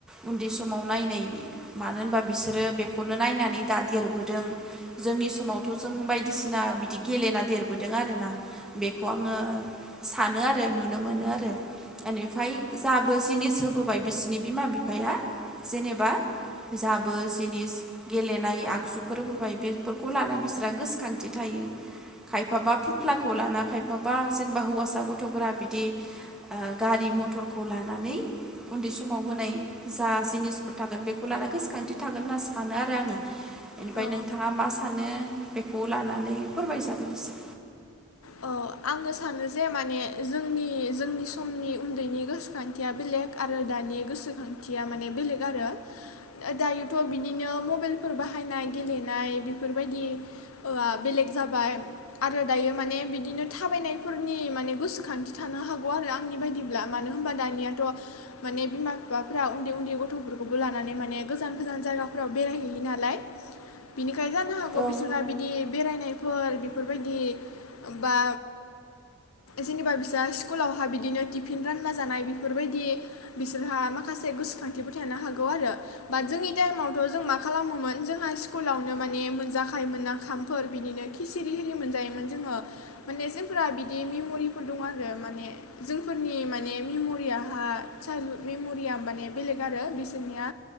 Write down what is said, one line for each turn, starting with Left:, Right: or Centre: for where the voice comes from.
Centre: उन्दै समाव नायनाय मानो होनबा बिसोरो बेखौनो नायनानै दा देरबोदों जोंनि समावथ' जों बायदिसिना बिदि गेलेना देरबोदों आरोना बेखौ आङो सानो आरो नुनो मोनो आरो एनिफ्राय जाबो जिनिस होबोबाय बिसनि बिमा बिफाया जेनेबा जाबो जिनिस गेलेनाय आगजुफोरबाय बेफोरखौ लाना बिस्रा गोसोखांथि थायो खायफाबा फुथ्लाखौ लाना खायफाबा जेनेबा हौवासा गथ'फोरा बिदि ओ गारि मथरखौ लानानै उन्दै समाव होनाय जा जिनिसफोर थागोन बेखौ लाना गोसोखांथि थागोन होनना सानो आरो आङो एनिफ्राय
Left: औ
Centre: नोंथाङा मा सानो बेखौ लानानै फोरमायजागोन एसे।
Left: ओ आङो सानो जे माने जोंनि जोंनि समनि उन्दैनि गोसोखांथिया बेलेग आरो दानि गोसोखांथिया माने बेलेग आरो ओ दायोथ' बिदिनो मबाइलफोर बाहायनाय गेलेनाय बेफोरबायदि ओआ बेलेग जाबाय आरो दायो माने बिदिनो थाबायनायफोरनि माने गोसोखांथि थानो हागौ आरो आंनि बायदिब्ला मानो होनबा दानियाथ' माने बिमा बिफाफ्रा उन्दै उन्दै गथ'फोरखौबो लानानै माने गोजान गोजान जायगाफ्राव बेराय हैैयो नालाय बिनि खाय जानो हागौ
Centre: औ
Left: बिसोरहा बिदि बेरायनायफोर बेफोरबायदि बा जेनेबा बिसा स्कुलावहा बिदिनो टिफिन रानला जानाय बिफोरबायदि बिसोरहा माखासे गोसोखांथिफोर थानो हागौ आरो बाट जोंनि टाइमावथ' जों मा खालामोमोन जोंहा स्कुलावनो माने मोनजाखायोमोनना खामफोर बिनिनो खिसिरि हिरि मोनजायोमोन जोङो। माने जोंफोरा बिदि मेमरिफोर दं आरो माने जोंफोरनि माने मेमरियाहा चाइल्डहुद मेमरिया माने बेलेग आरो बिसोरनिया